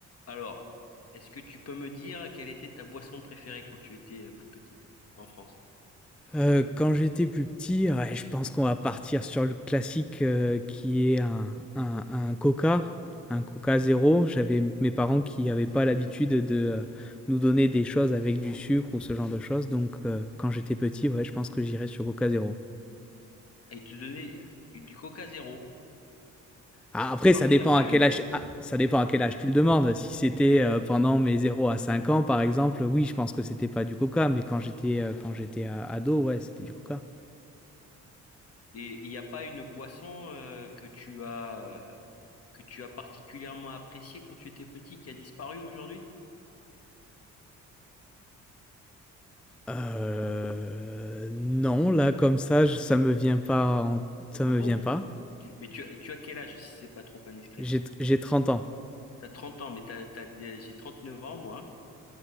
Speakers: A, on the left; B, in the centre.
A: Alors, est-ce que tu peux me dire quelle était ta boisson préférée quand tu étais euh, plus petit en France?
B: Heu, quand j'étais plus petit, ouais, je pense qu'on va partir sur le classique, heu, qui est un un un Coca, un Coca Zéro. J'avais mes parents qui n'avaient pas l'habitude de, heu, nous donner des choses avec du sucre ou ce genre de choses, donc heu, quand j'étais petit, ouais, je pense que j'irais sur Coca Zéro.
A: Et ils te donnaient du, du Coca zéro.
B: A après
A: Non,
B: ça
A: mais
B: dépend
A: t'as pas
B: à
A: eu.
B: quel âge ah, ça dépend à quel âge tu le demandes. Si c'était, heu, pendant mes zéro à 5 ans, par exemple, oui, je pense que c'était pas du Coca, mais quand j'étais, heu, quand j'étais a ado, ouais, c'était du Coca.
A: Et il n'y a pas une boisson euh, que tu as euh, que tu as particulièrement appréciée quand tu étais petit qui a disparu aujourd'hui?
B: Heu, non, là comme ça, j ça me vient pas en ça
A: Ah
B: me
A: bon?
B: vient pas.
A: Mais tu, tu as quel âge si c'est pas trop indiscret?
B: J'ai t j'ai 30 ans.
A: T'as 30 ans, mais t'as, t'as- j'ai 39 ans moi. hein.